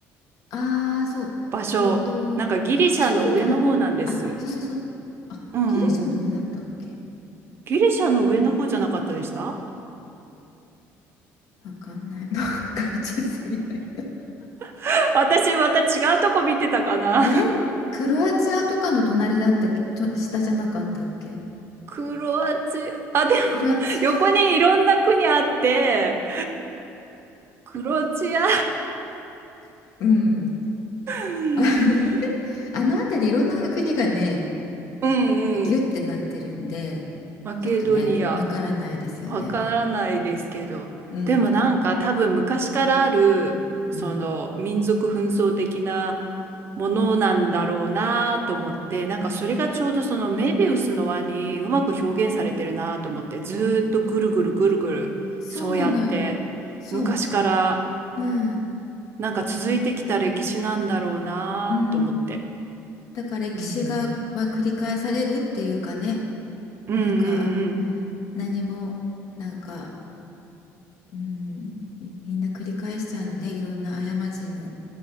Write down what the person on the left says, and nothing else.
ああーそうえっとシリア
あそうそうそうあギリシャの上だったっけ
そうわかんない <laughs> もう一回地図見ない
えクロアチアとかの隣だったっけ、と、下じゃなかったっけ
クロアチア、
<laughs> うん。
あれあの辺りいろんな国がね、
ギュッてなってるんで、
ちょっとね、わからないですよね。
うん。
うん。
そうなのよ。
そう。うん。
ううん。だから歴史が、
は繰り返されるっていうかね、
なんか何も、なんか、うん、みみんな繰り返しちゃうのね、いろんな過ちもっ